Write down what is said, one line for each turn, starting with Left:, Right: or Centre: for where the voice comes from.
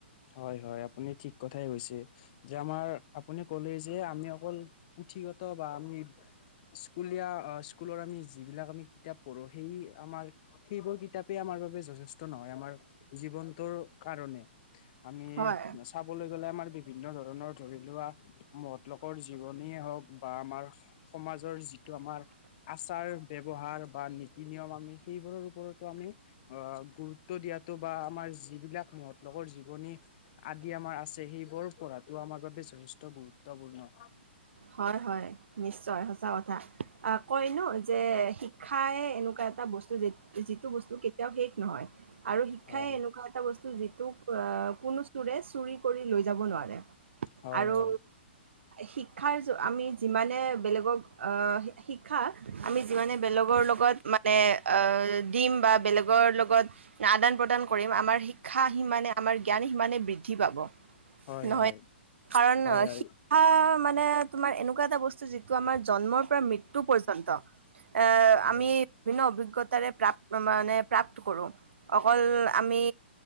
Left: হয়, হয়, আপুনি ঠিক কথাই কৈছে। যে আমাৰ আপুনি কলেই যে আমি অকল পুথিগত বা আমি স্কুলীয়া স্কুলৰ আমি যিবিলাক আমি কিতাপ পঢ়ো সেই আমাৰ সেইবোৰ কিতাপে আমাৰ বাবে যথেষ্ট নহয়, আমাৰ জীৱন টো কাৰণে, আমি
Right: হয়।
Left: চাবলৈ গ'লে আমাৰ বিভিন্ন ধৰণৰ ধৰি লোৱা মহৎ লোকৰ জীৱনীয়ে হওঁক বা আমাৰ সমাজৰ যিটো আমাৰ আচাৰ ব্যৱহাৰ বা নী নীতি নিয়ম আমি সেইবোৰৰ ওপৰতো আমি অ', গুৰুত্ব দিয়াতো বা আমাৰ যিবিলাক মহৎলোকৰ জীৱনী আদি আমাৰ আছে, সেইবোৰ পঢ়াটো আমাৰ বাবে যথেষ্ট গুৰুত্বপূৰ্ণ।
Right: হয়, হয়। নিশ্চয় সচা কথা, আহ কইনো যে শিক্ষাই এনেকুৱা এটা বস্তু যে যিটো বস্তু কেতিয়াও শেষ নহয়, আৰু শিক্ষাই
Left: হয়
Right: এনেকুৱা এটা বস্তু যিটো কোনো চোৰে চুৰি লৈ যাব নোৱাৰে,
Left: হয়
Right: আৰু
Left: হয়
Right: শিক্ষাৰ য আমি যিমানে বেলেগক আ শিক্ষা আমি যিমানে বেলেগৰ লগত মানে দিম, বা বেলেগৰ লগত আদান প্ৰদান কৰিম আমাৰ শিক্ষা সিমানে আমাৰ জ্ঞান সিমানে বৃদ্ধি পাব।
Left: হয়
Right: নহয়,
Left: হয়
Right: কাৰণ
Left: হয় হয়
Right: শিক্ষা মানে তোমাৰ এনেকুৱা এটা বস্তু যিটো আমাৰ জন্মৰ পৰা মৃত্যু পৰ্যন্ত এহ আমি
Left: হয়
Right: বিভিন্ন অভিজ্ঞতাৰে প্ৰাপ মানে প্ৰাপ্ত কৰো। অকল আমি